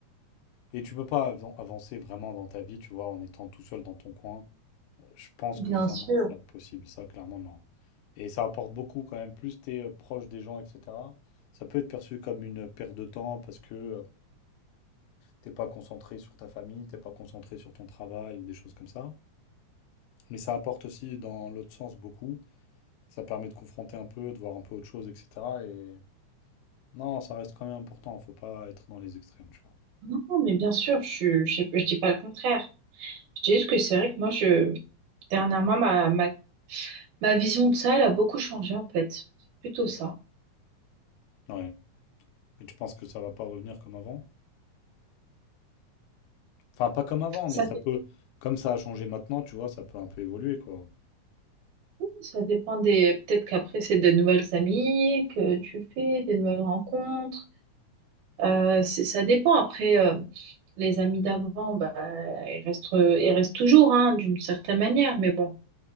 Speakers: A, on the left (about 85°); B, on the right (about 75°).
A: Et tu peux pas avan- avancer vraiment dans ta vie, tu vois, en étant tout seul dans ton coin. Je pense
B: bien
A: que vraiment,
B: sûr.
A: c'est impossible, ça, clairement, non. Et ça apporte beaucoup quand même. Plus tu es proche des gens, etc., ça peut être perçu comme une perte de temps parce que euh, t'es pas concentré sur ta famille, t'es pas concentré sur ton travail ou des choses comme ça. Mais ça apporte aussi dans l'autre sens beaucoup. Ça permet de confronter un peu, de voir un peu autre chose, etc. Et non, ça reste quand même important. Faut pas être dans les extrêmes, tu vois.
B: Non, non, mais bien sûr, je, je, je dis pas le contraire. Je dis juste que c'est vrai que moi, je, dernièrement, ma, ma, ma vision de ça, elle a beaucoup changé, en fait. C'est Plutôt ça.
A: Ouais. Et tu penses que ça va pas revenir comme avant? Enfin, pas comme avant,
B: Ça,
A: mais ça
B: fait
A: peut, comme ça a changé maintenant, tu vois, ça peut un peu évoluer, quoi.
B: Ça dépend des. Peut-être qu'après, c'est de nouvelles amies que tu fais, des nouvelles rencontres. Euh, c'est- ça dépend. Après, euh, les amis d'avant, bah, ils restent, ils restent toujours, hein, d'une certaine manière. Mais bon,